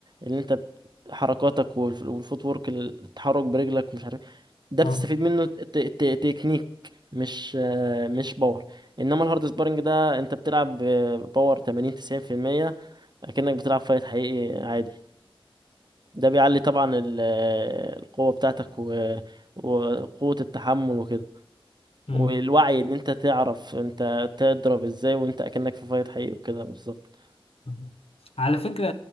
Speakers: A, on the right (about 50°); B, on the left (about 85°).
A: ان انت حركاتك والف- والفوت وورك التحرك برجلك ومش عارف ده
B: اه
A: بتستفيد منه ت- ت- تكنيك مش آه، مش باور انما الهارد سبارنج ده انت بتلعب باور 80 90% اكنك بتلعب فايت حقيقي عادي ده بيعلي طبعا ال- آه، القوة بتاعتك و- وقوة التحمل وكده
B: مم.
A: والوعي ان انت تعرف انت تضرب ازاي وانت اكنك في فايت حقيقي وكده بالظبط
B: مهم. على فكرة